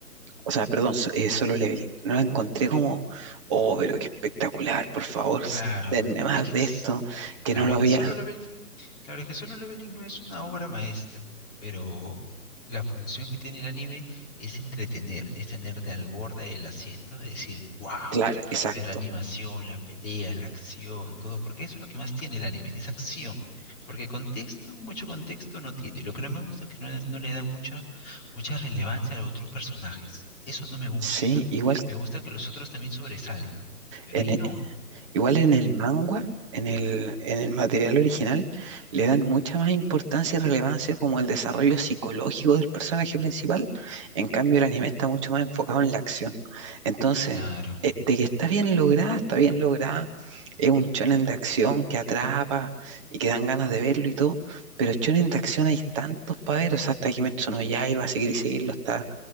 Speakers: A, on the right; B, on the left.
A: O sea, perdón, so- eh, solo leveling. No la encontré como, oh, pero qué espectacular, por favor, s-
B: Claro.
A: denme más
B: Es que,
A: de
B: es-
A: esto, que
B: claro,
A: no lo
B: es
A: había.
B: que solo lo ve Claro, es que Solo Leveling no es una obra maestra, pero la función que tiene el anime es entretener, es tenerte al borde del asiento, de decir, wow,
A: Claro, exacto.
B: ver la animación, la pelea, la acción, todo, porque eso es lo que más tiene el anime, es acción, porque contexto, mucho contexto no tiene. Lo que no me gusta es que no, no le dan mucha, mucha relevancia a los otros personajes. Eso no me gusta.
A: Sí, igual
B: Me gusta que los otros también sobresalgan, pero
A: en,
B: ahí
A: e,
B: no.
A: Igual en el manga, en el, en el material original, le dan mucha más importancia y relevancia como el desarrollo psicológico del personaje principal. En cambio, el anime está mucho más enfocado en la acción. Entonces,
B: Claro,
A: eh, de que está bien lograda, está bien lograda. Es un shonen de acción que atrapa y que dan ganas de verlo y todo. Pero shonen de acción hay tantos para ver. O sea, hasta Kimetsu no Yaiba, seguir y seguirlo, está